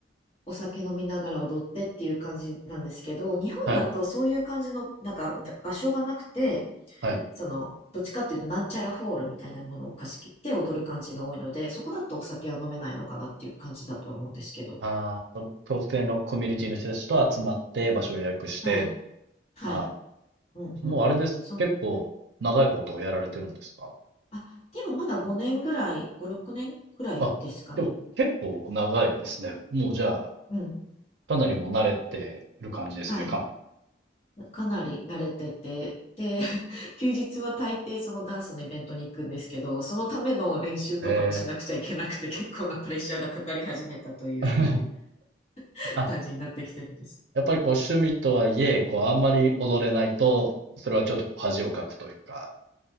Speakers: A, on the left; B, on the right.
A: お酒飲みながら踊ってっていう感じなんですけど、日本だとそういう感じのなんか場所がなくて、
B: はい、はい。
A: その、どっちかっていうと、なんちゃらホールみたいなものを貸し切って踊る感じが多いので、そこだとお酒は飲めないのかなっていう感じだとは思うんですけど。
B: ああ、その特定のコミュニティの人たちと集まって場所を予約して、
A: はい。はい。
B: あ
A: うんうん。
B: あ、もうあれですか結構長いことをやられてるんですか
A: そあ、でもまだ5年ぐらい、5、6年ぐらいですかね。
B: あ、でも結構長いですね。もうじゃあ、
A: うん。
B: かなりもう慣れてる感じですよね、
A: はい。
B: かな。
A: かなり慣れてて、で、<laughs> 休日は大抵そのダンスのイベントに行くんですけど、そのための練習とかもしなくちゃいけなくて、
B: ええ。
A: 結構なプレッシャーがかかり始めたという
B: <laughs>
A: <laughs>
B: あ、
A: 感じになってきてるんです。
B: やっぱりこう趣味とはいえ、こうあんまり踊れないと、それはちょっとこう恥をかくというか、